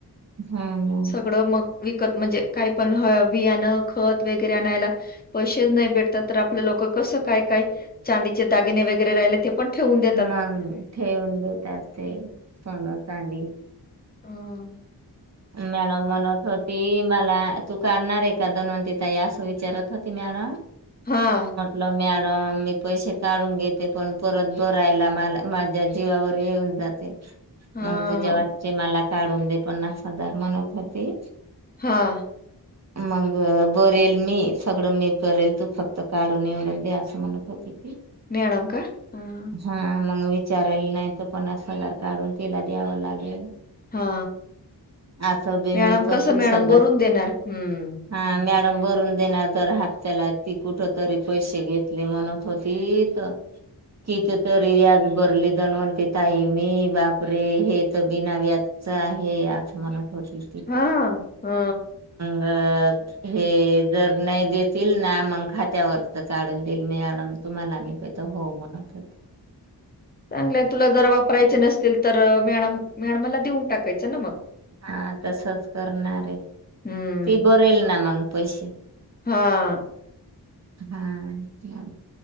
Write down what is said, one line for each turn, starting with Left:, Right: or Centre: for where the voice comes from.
Right: हम्म
Left: सगळं मग विकत म्हणजे काही पण बियाणं खत वगैरे आणायला पैसे नाही भेटतात तर आपल्या लोक कसं काय काय चांदीचे दागिने वगैरे राहिले ते पणेवून दे
Right: मग ठेवून देतात ते सोनं चांदी
Left: हम
Right: मॅडम म्हणत होती मला तू काढणार आहे का दनवती ताई असं विचारत होती मॅड
Left: हा
Right: ल मॅडम मी पैसे काढून घेते पण परत भरायला मला माझ्या जीवावर येऊन जात मग
Left: हा
Right: तु जेवचे मला काढून दे पन्नास हजार म्हणत होती
Left: हां
Right: मग बरेल मी सगळं मी करेल तू फक्त काढून निवडत दे असं म्हणत होती ती
Left: मेडम का ह
Right: हा मग विचाराला नाही तर पन्नास हजार काढून तिला द्यावं लागेल
Left: हा
Right: असं बी
Left: मॅडम
Right: मी पंचवीस
Left: कस मॅडम
Right: हजार
Left: बरून देणार हम्म
Right: हा मॅडम बरून देणार तरर हाप्त्याला ती कुठ तरी पैसे घेतले म्हणत होती त किथ तरी व्याज भरली दनवती ताई मी बापरे हे तर बिना व्याज आहे आज मनात होती
Left: हा हा
Right: अ हे जर नाही देतील ना मग खात्यावरच काढून देईल मी तुम्हाला मी तर हो म्हनात
Left: चांगले तुला जर वापरायचे नसतील तर मॅडम मॅडमला देऊन टाकायचं ना मग
Right: हा तसच करणारे
Left: हम्म
Right: ती बरेल ना मग पैसे
Left: हा
Right: हा या